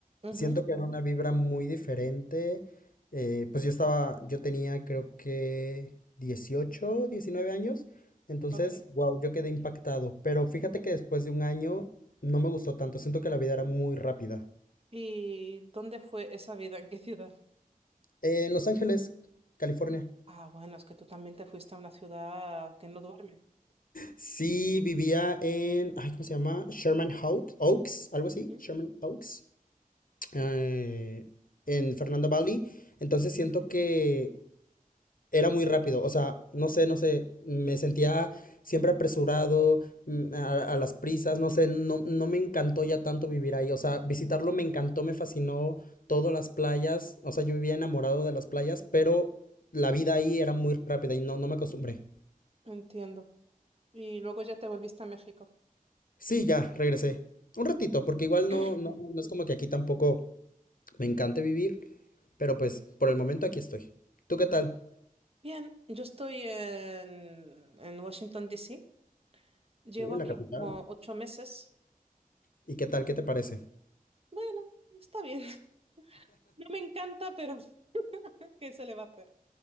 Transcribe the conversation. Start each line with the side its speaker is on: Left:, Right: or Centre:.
Right: Ujú,
Left: Siento que era una vibra muy diferente. Eh, pues yo estaba, yo tenía creo que 18 19 años. Entonces,
Right: ok.
Left: wow, yo quedé impactado. Pero fíjate que después de un año no me gustó tanto. Siento que la vida era muy rápida.
Right: ¿Y dónde fue esa vida? ¿En qué ciudad?
Left: En Los Ángeles, California.
Right: Ah, bueno, es que tú también te fuiste a una ciudad que no duerme.
Left: Sí, vivía en, ay, ¿cómo se llama? Sherman Hou- Oaks, algo así,
Right: Ujú.
Left: Sherman Oaks. eh, en Fernando Valley. Entonces siento que era muy rápido. O sea, no sé, no sé. Me sentía siempre apresurado, mm, a, a las prisas. No sé, no, no me encantó ya tanto vivir ahí. O sea, visitarlo me encantó, me fascinó. Todas las playas. O sea, yo vivía enamorado de las playas, pero la vida ahí era muy rápida y no, no me acostumbré.
Right: Entiendo. Y luego ya te volviste a México.
Left: Sí, ya, regresé. Un ratito, porque igual no,
Right: Mm.
Left: no, no es como que aquí tampoco me encante vivir, pero pues por el momento aquí estoy. ¿Tú qué tal?
Right: Bien, yo estoy en, en Washington, D.C. Llevo
Left: Uy,
Right: aquí
Left: la capital.
Right: como ocho meses.
Left: ¿Y qué tal? ¿Qué te parece?
Right: Bueno, está bien. <laughs> No me encanta, pero... ¿Qué se le va a hacer?